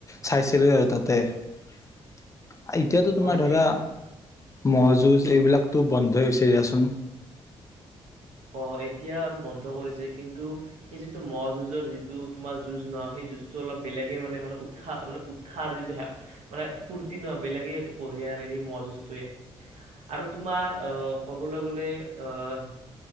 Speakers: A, on the left (about 25°); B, on the right (about 75°).
A: চাইছিলো। আৰু তাতে এতিয়াতো তোমাৰ
B: হয়নে
A: ধৰা ম'হ যুঁজ এইবিলাকতো বন্ধই হৈছে। দিয়াচোন
B: অ' এতিয়া আৰু বন্ধ কৰিছে কিন্তু সেই যিটো ম'হ যুঁজৰ যিটো তোমাৰ যুঁজ নহয়। সেই যুঁজটো অলপ বেলেগে মানে মে উৎসাহ মানে উৎসাহ যিটো মানে ফূুৰ্তি নহয় বেলেগে এইটো কঢ়িয়াই আনে সেই ম'হ যুজটয়ে আৰু তোমাৰ আহ ক'বলৈ গলে আহ